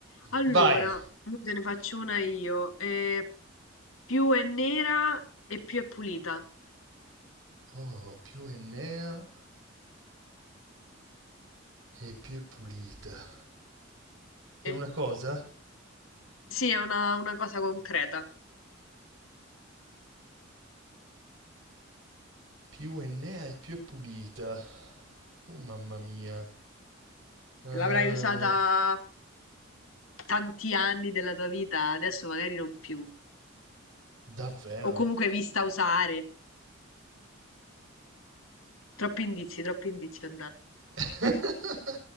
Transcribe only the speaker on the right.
Vai.
Oh, più Enea e più è pulita. È
una cosa?
Più Enea e più è pulita. Oh, mamma mia. Eh,
Davvero?
<laughs>